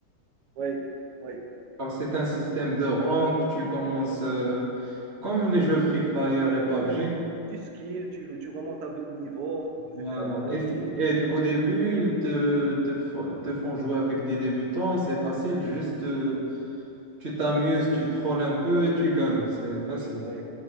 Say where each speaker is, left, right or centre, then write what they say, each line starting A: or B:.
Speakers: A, on the right; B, on the right.
A: Oui, oui,
B: Car c'est un système de rank, tu commences euh, comme les jeux Free Fire et PUBG.
A: oui. Tu skills, tu, tu remontes un peu le niveau, etc.
B: Voilà.
A: Oui.
B: Et, c'est- et au début, ils te, te, font te font jouer avec des débutants, c'est facile. Juste, euh, tu t'amuses, tu trolls un peu et tu gagnes. C'est facile.
A: Oui.